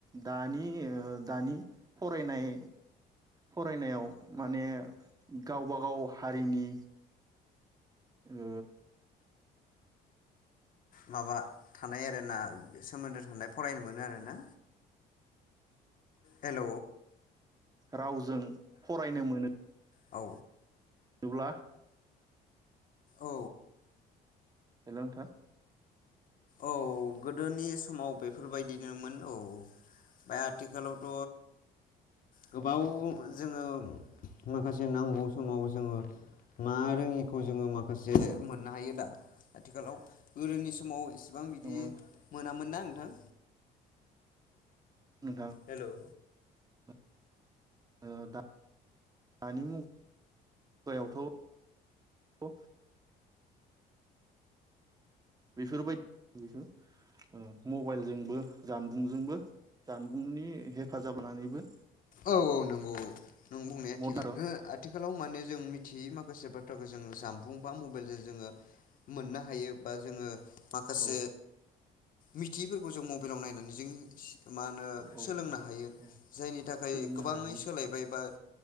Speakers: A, on the right (about 20°); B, on the left (about 55°).
A: दानि ओ दानि फरायनाय फरायनायाव माने गावबागाव हारिनि उम
B: माबा थानाय आरोना सोमोन्दो थानाय फरायनो मोनो आरोना। हेल
A: राव जों फरायनो मोनो।
B: औ
A: <unintelligible>
B: औ
A: हेल नोंथां।
B: औ गोदोनि समाव बेफोरबायदिनोमोन औ ओमफाय आथिखालावथ गोबाव <unintelligible> जोङो माखासे जे नांगौ समाव जोङो मा रोङिखौ जोङो माखासे मोननो हायो दा आथिखालाव गोदोनि समाव सेबां बिदि
A: नंगौ नोंथां
B: मोनामोना नोंथां?
A: नोंथां
B: हेलौ
A: ओ दानि <unintelligible> मुगायावथ' बेफोरबायदि बेखौ ओ मबाइलजोंबो जानबुंजोंबो जानबुंनि हेफाजाब लानानैबो
B: औ औ नंगौ। नों बुंनाया
A: मदार'
B: थिगानो आथिखालाव माने जों मिथियै माखासे बाथ्रा जोङो जानबुं बा मबाइलजों जोङो मोननो हायो बा जोङो माखासे
A: औ
B: मिथियैफोरखौ जों मबाइलाव नायनानै जों मा होनो
A: औ
B: सोलोंनो हायो
A: औ
B: जायनि थाखाय
A: सोलोंनो
B: ओमफ्राय गोबाङै
A: हायो
B: सोलायबाय बा